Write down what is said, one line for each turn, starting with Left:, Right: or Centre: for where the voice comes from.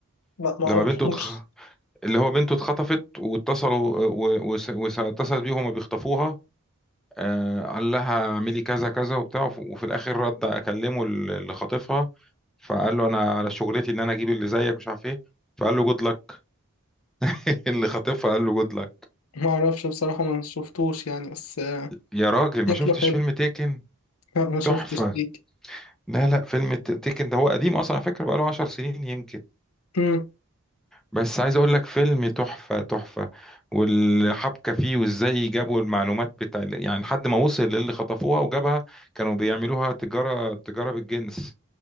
Left: لا معرفوش
Centre: لما بنته تخ... اللي هو بنته اتخطفت واتصلوا و- وس- وس- اتصلت بيه وهما بيخطفوها آه، قال لها اعملي كذا كذا وبتاع وف- وفي الاخر رد اكلمه ال- اللي خاطفها فقال له انا على شغلتي ان انا اجيب اللي زيك مش عارف ايه فقال له جود لك <laughs> اللي خاطفها قال له جود لك
Left: ما اعرفش بصراحة ما شفتوش يعني بس آه،
Centre: يا راجل ما
Left: شكله
Centre: شفتش
Left: حلو
Centre: فيلم تيكن
Left: لا ما شفتش
Centre: تحفة
Left: ليك
Centre: لا لا فيلم ت- تيكن ده هو قديم اصلا على فكره بقاله 10 سنين يمكن
Left: امم
Centre: بس عايز اقول لك فيلم تحفه تحفه والحبكه فيه وازاي جابوا المعلومات بتاع يعني لحد ما وصل للي خطفوها وجابها كانوا بيعملوها تجاره تجاره بالجنس